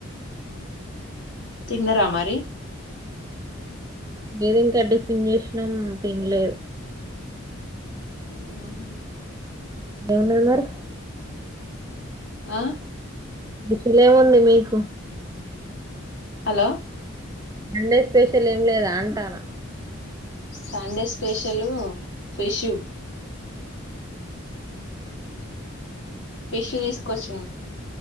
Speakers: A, on the left; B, on the right.
A: తిన్నరా మరి
B: ఏద ఇంకాడ పన్ చేసినాం పన్లేదు
A: ఉహు
B: ఎవున్నన్నారురి
A: ఆ
B: దక్షలే ఏముంది మీకు
A: హలో
B: మండే స్పెషల్ ఏం లేదా అంటాను
A: సండే స్పెషలు ఫిష్ు ఫిష తీసుకోవచ్చును